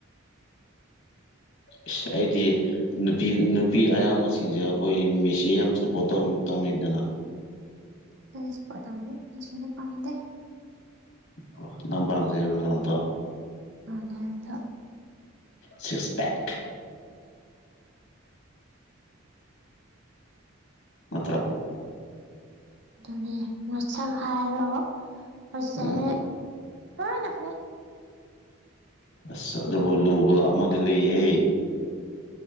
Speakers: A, on the left; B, on the right.
A: ꯏꯁ ꯑꯩꯗꯤ ꯅꯨꯄꯤ ꯅꯨꯄꯤ ꯑꯌꯥꯝꯕꯁꯤꯡꯁꯦ ꯑꯩꯈꯣꯏ ꯃꯦꯁꯤ ꯌꯥꯝ ꯁꯞꯄꯣꯔꯠ ꯇꯧ ꯇꯧꯅꯩꯗꯅ
B: <unintelligible>
A: ꯑꯣ ꯅꯪ ꯄꯥꯝꯖꯩ ꯔꯣꯅꯥꯜꯗꯣ
B: ꯔꯣꯅꯥꯜꯗꯣ
A: ꯁꯤꯛꯁ ꯄꯦꯛ ꯅꯠꯇ꯭ꯔꯣ
B: ꯑꯗꯨꯅꯦ ꯃꯁꯛ ꯍꯥꯏꯔꯣ ꯐꯖꯔꯦ
A: ꯎꯝ
B: ꯂꯣꯏꯅ ꯐꯖꯩ
A: ꯑꯁ ꯑꯗꯨꯕꯨ ꯂꯨꯕ ꯑꯃꯗꯤ ꯂꯩꯍ